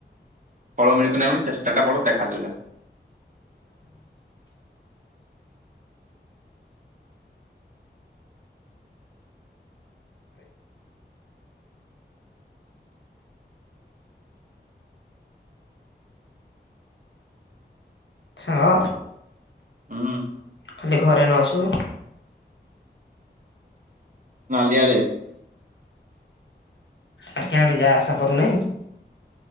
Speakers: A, on the right; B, on the left.
A: ଫଳ ମିଳକୁ ନାହିଁ ଚେଷ୍ଟାଟା ବଡ଼ ଦେଖାଯାଉ ଯା
B: ସାଙ୍ଗ
A: ହୁଁ
B: ଖାଲି ଘରେ ନ ଅଛୁ।
A: ନାଲିଆରେ
B: ଆର୍ କାଁଡେ ଯାହା ଆଶା କରୁନାହିଁ।